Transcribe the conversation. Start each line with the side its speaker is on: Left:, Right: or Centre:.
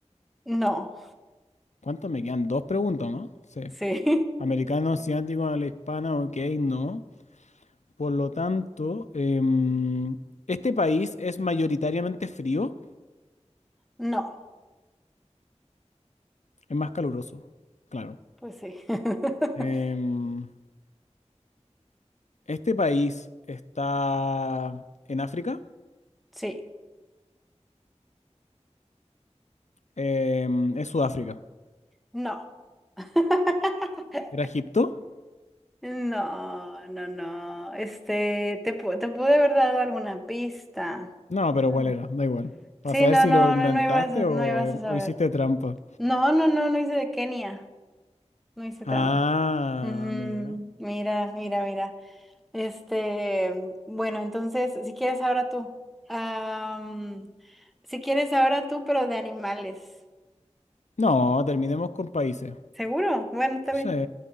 Centre: No,
Left: ¿Cuánto me quedan? Dos preguntas, ¿no? Sí.
Centre: sí. <laughs>
Left: Americano, asiático, habla hispana, ok, no. Por lo tanto, em, este país es mayoritariamente frío,
Centre: No,
Left: es más caluroso, claro.
Centre: pues sí. <laughs>
Left: Em, este país está en África,
Centre: Sí,
Left: Em, es Sudáfrica.
Centre: no. <laughs>
Left: ¿Era Egipto?
Centre: No, no, no. Este, te, pu- te pude haber dado alguna pista.
Left: No, pero
Centre: Bueno.
Left: ¿cuál era? Da igual. Para
Centre: Sí,
Left: saber
Centre: no,
Left: si
Centre: no,
Left: lo inventaste
Centre: no, no ibas a,
Left: o,
Centre: no ibas
Left: em,
Centre: a saber.
Left: o hiciste trampa.
Centre: No, no, no, no hice de Kenia. No hice
Left: Ah,
Centre: trampa. Ujú,
Left: mira.
Centre: Mira, mira, mira. Este, bueno, entonces, si quieres ahora tú. Am, si quieres ahora tú, pero de animales.
Left: No, terminemos con países.
Centre: ¿Seguro? Bueno, está
Left: Sí.
Centre: bien.